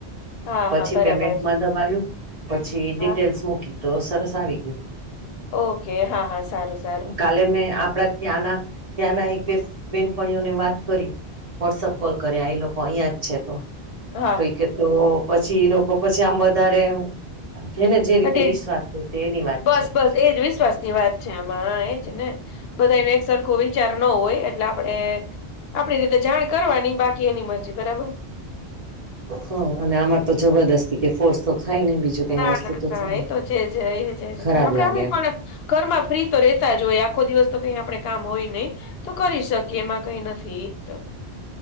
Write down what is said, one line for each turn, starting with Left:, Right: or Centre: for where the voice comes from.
Left: હા
Right: પછી
Left: હા બરાબર
Right: પેમેન્ટમાં દબાવ્યું પછી ડિટેલ્સ
Left: હા
Right: મૂકી તો સરસ આવી ગયું.
Left: ઓકે હા હા સારું છે.
Right: કાલે મેં આપડા ત્યાંના ત્યાંના એક બે બેનપણીઓને વાત કરી. વોટ્સઅપ કોલ કર્યા એ લોકો અહીયાં જ છે તો.
Left: હા
Right: તોઈ કે તો પછી લોકો પછી આમ વધારે. જેને જે રીતે
Left: એટલે
Right: વિશ્વાસ લેશે એની વાત
Left: બસ
Right: છે
Left: બસ એજ વિશ્વાસ ની વાત છે આમાં એજ ને બધા એને એક સરખો વિચાર ન હોય એટલે આપણે આપડી રીતે જાણ કરવાની બાકી એની મરજી બરાબર
Right: હ અને આમાં તો જબરદસ્તી કે ફોર્સ તો થાય ને બીજું કઈ
Left: ના
Right: વસ્તુ
Left: ના ના
Right: છે ને
Left: એ તો છે જ એજ જ
Right: ખરાબ
Left: ને આપડે
Right: લાગે
Left: અમે
Right: એમ
Left: પણ- ઘરમાં ફ્રી તો રહેેતા જ હોય આખો દિવસ તો કઈ આપણે કામ હોય નહી. તો કરી શકીએ એમાં કઈ નથી. તો